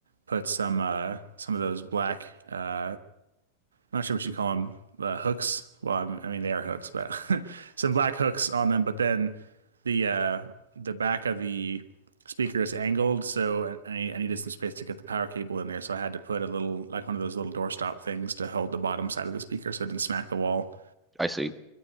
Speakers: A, on the right; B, in the centre.
A: put some uh some of those black uh, I'm not sure what you call them uh, hooks. Well, I'm- I mean they are hooks, but <laughs> some black hooks on them. But then the uh the back of the speaker is angled, so I, I needed some space to get the power cable in there, so I had to put a little like one of those little doorstop things to hold the bottom side of the speaker so it didn't smack the wall.
B: <laughs> I see.